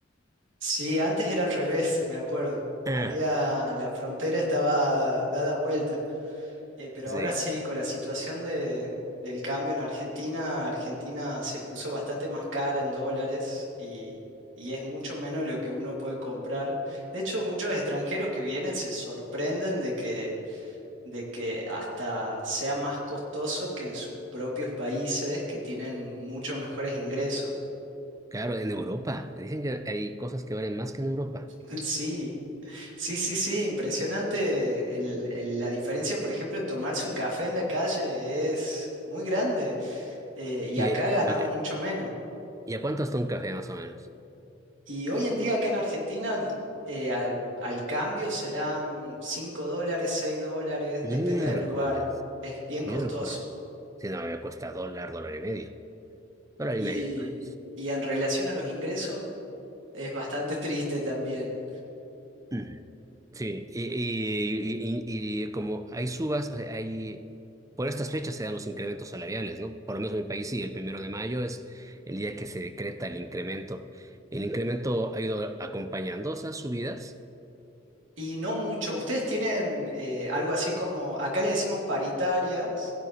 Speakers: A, on the right; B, on the right.
A: Sí, antes era al revés, me acuerdo.
B: Ah,
A: Había, la frontera estaba dada vuelta. Eh, pero
B: sí,
A: ahora sí, con la situación de- del cambio en Argentina, Argentina se puso bastante más cara en dólares y, y es mucho menos lo que uno puede comprar. De hecho, muchos extranjeros que vienen se sorprenden de que, de que hasta sea más costoso que en sus propios países que tienen muchos mejores ingresos.
B: claro, en Europa. Dicen que hay cosas que valen más que en Europa.
A: <laughs> Sí. Sí, sí, sí, impresionante el- el- la diferencia, por ejemplo, en tomarse un café en la calle es muy grande eh, y
B: ¿Y,
A: acá
B: eh,
A: ganamos
B: a ver,
A: mucho menos.
B: ¿y a cuánto está un café más o menos?
A: Y hoy en día acá en Argentina eh, al, al cambio serán 5 dólares, seis dólares,
B: Miércoles,
A: depende del lugar, es bien
B: miércoles.
A: costoso.
B: Si no, me cuesta dólar, dólar y medio. Dólar
A: Y,
B: y medio, digamos.
A: y en relación a los ingresos es bastante <laughs> triste también.
B: Ujú. Sí, y, y, y- y- como hay subas, o sea, hay, por estas fechas se dan los incrementos salariales, ¿no? Por lo menos en mi país sí, el primero de mayo es el día que se decreta el incremento. El incremento ha ido acompañando esas subidas.
A: Y no mucho, ustedes tienen eh, algo así como, acá le decimos paritarias